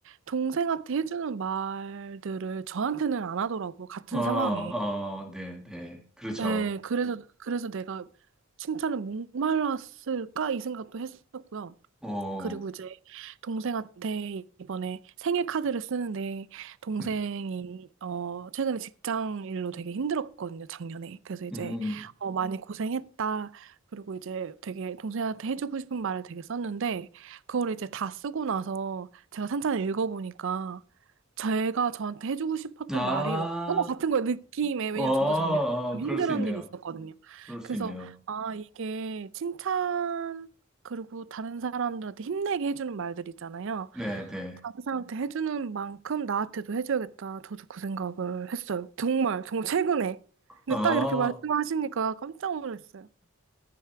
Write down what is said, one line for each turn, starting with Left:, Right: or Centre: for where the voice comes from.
Right: 동생한테 해주는 말들을 저한테는 안 하더라고요. 같은
Centre: 어, 어,
Right: 상황에.
Centre: 네, 네, 그렇죠.
Right: 예, 음. 그래서, 그래서 내가 칭찬을 목말랐을까? 이 생각도 했었고요.
Centre: 어,
Right: 그리고 이제 동생한테 이번에 생일 카드를 쓰는데 동생이
Centre: 네.
Right: 어 최근에 직장 일로 되게 힘들었거든요, 작년에. 그래서 이제
Centre: 음,
Right: 어 많이 고생했다. 그리고 이제 되게 동생한테 해주고 싶은 말을 되게 썼는데 그걸 이제 다 쓰고 나서 제가 산천을 읽어보니까 제가 저한테 해주고 싶었던
Centre: 아,
Right: 말이었던 것 같은 거예요, 느낌에. 왜냐면
Centre: 어, 어,
Right: 저도 작년에 좀
Centre: 그럴
Right: 힘들었던
Centre: 수 있네요.
Right: 일이 있었거든요.
Centre: 그럴 수
Right: 그래서
Centre: 있네요.
Right: 아, 이게 칭찬 그리고 다른 사람들한테 힘내게 해주는 말들 있잖아요.
Centre: 네, 네.
Right: 다른 사람한테 해주는 만큼 나한테도 해줘야겠다. 저도 그 생각을 했어요. 정말, 정말 최근에. 근데
Centre: 어,
Right: 딱 이렇게 말씀하시니까 깜짝 놀랐어요.